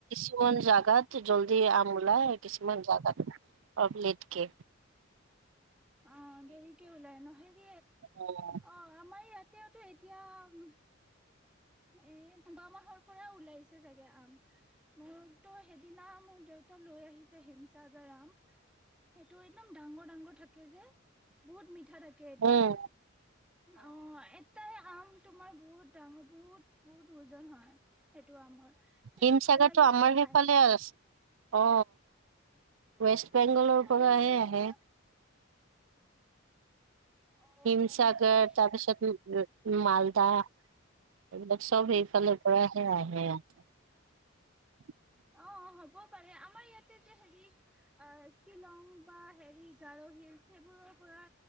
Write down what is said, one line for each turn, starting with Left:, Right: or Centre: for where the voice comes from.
Right: কিছুমান জাগাত জল্দি আম ওলাই কিছুমান জাগাত অলপ লেটকে।
Centre: অ দেৰিকে ওলাই নহ <unintelligible>
Right: উম
Centre: অ আমাৰ ইয়াতেওতো এতিয়া ম এ যোৱামাহৰ পৰা ওলাইছে চাগে আম মোৰতো সেইদিনা মোৰ দেউতা লৈ আহিছে হেমচাগৰ আম সেইটো একদম ডাঙৰ ডাঙৰ থাকে যে। বহুত মিঠা থাকে এইটো
Right: উম
Centre: অ এটাই আম তোমাৰ বহুত ডাঙৰ বহুত বহুত ওজন হয় সেইটো আমৰ। সেইটো
Right: হিমসাগৰটো
Centre: ভাল লাগিছে
Right: আমাৰ
Centre: খাই
Right: সেইফালে আছে অ ৱেষ্ট বেংগলোৰ
Centre: অ
Right: পৰা
Centre: ৱেষ্ট
Right: হে
Centre: বেংগল
Right: আহে।
Centre: অ
Right: হিমসাগৰ
Centre: হয় নেকি
Right: তাৰপিছত মালদা এইবিলাক চব সেইফালৰ পৰাহে আহে <unintelligible>
Centre: অঁ হ'ব পাৰে আমাৰ ইয়াতে যে হেৰি আহ শ্বিলং বা হেৰি গাৰহিল সেইবোৰৰ পৰা